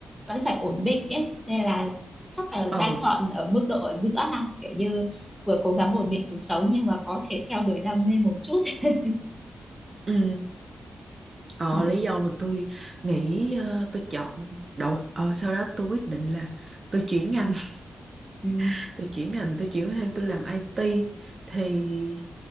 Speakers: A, in the centre; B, on the right.
A: vẫn phải ổn định ấy nên là chắc là
B: ừ
A: đang chọn ở mức độ ở giữa ha kiểu như vừa cố gắng ổn định cuộc sống nhưng mà có thể theo đuổi đam mê một chút <laughs>
B: ừ ờ
A: ừ.
B: lý do mà tôi nghĩ ờ, tôi chọn đầu ờ sau đó tôi quyết định là tôi chuyển ngành
A: Ừ.
B: <laughs> tôi chuyển ngành tôi chuyển sang tôi làm IT thì